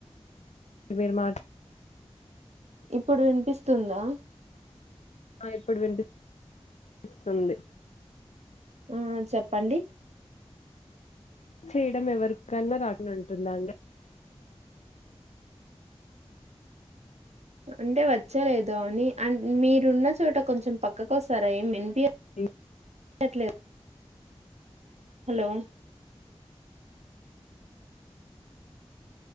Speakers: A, on the left; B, on the right.
A: <inaudible> మీరు మాట్ <inaudible>
B: ఇప్పుడు వినిపిస్తుందా
A: ఆ ఇప్పుడు విన్ పిస్తుంది
B: ఆ చెప్పండి
A: చేయడం ఎవరికన్నా రాకుడా ఉంటుందా అండి
B: అంటే వచ్చలేదు అని అ మీరున్న చోట కొంచెం పక్కకు వస్తారా ఏమ్ వి
A: ఏ
B: లేదు హలో